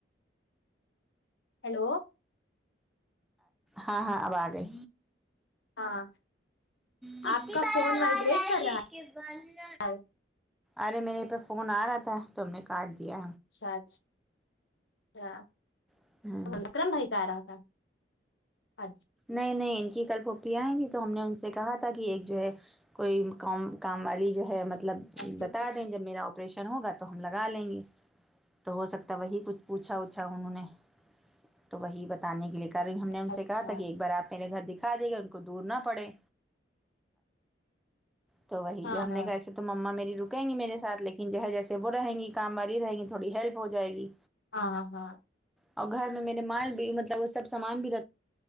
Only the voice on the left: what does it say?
ہیلو
ہاں
آپ کا
فون
وائبریٹ
کر
رہا
ہے
اچھا اچھا
اکرم بھائی کہ آ رہا تھا اچھا
اچھا
اچھا
ہاں
ہاں
ہاں ہاں